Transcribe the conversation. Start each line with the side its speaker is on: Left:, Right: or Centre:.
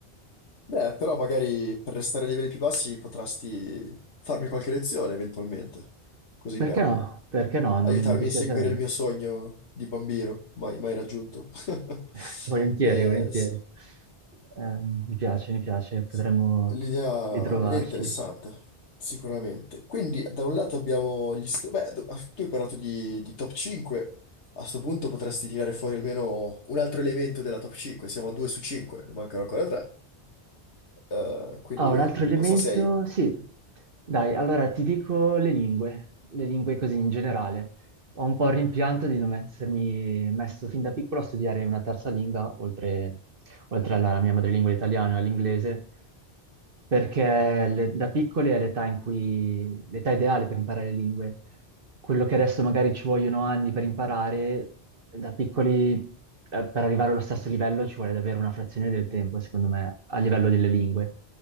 Left: beh, però magari per restare a livelli più bassi potresti farmi qualche lezione eventualmente. Così
Right: Perché
Left: per
Right: no? Perché no? Non
Left: aiutarmi
Right: mi dispiacerebbe.
Left: a seguire il mio sogno di bambino, mai, mai raggiunto. <laughs>
Right: <laughs> Volentieri,
Left: Eh,
Right: volentieri.
Left: sì.
Right: Ehm, mi piace, mi piace, potremmo
Left: sì. L'idea
Right: ritrovarci.
Left: l'idea è interessante, sicuramente. Quindi, da un lato abbiamo gli str- Beh, do- ah, tu hai parlato di, di top 5. A sto punto potresti tirare fuori almeno un altro elemento della top 5. Siamo a 2 su 5, ne mancano ancora 3. quindi,
Right: Ah, un altro elemento?
Left: non so se hai...
Right: Sì. Dai, allora ti dico le lingue, le lingue così in generale. Ho un po' il rimpianto di non essermi messo fin da piccolo a studiare una terza lingua, oltre oltre alla mia madrelingua italiana e all'inglese, perché le- da piccoli è l'età in cui, l'età ideale per imparare le lingue. Quello che adesso magari ci vogliono anni per imparare, da piccoli, eh, per arrivare allo stesso livello ci vuole davvero una frazione del tempo, secondo me, a livello delle lingue,